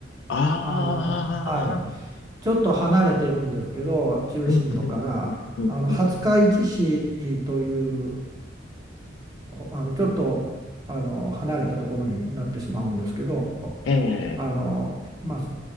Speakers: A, on the left; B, on the right.
A: ああ、
B: あの、はい。ちょっと離れてるんですけど、中心部から、
A: うん、うん、うん、うん、
B: あの、廿日市市という、
A: うん。
B: あの、ちょっと、あの、離れたところになってしまうんですけど、
A: ええ、
B: あの、まあ、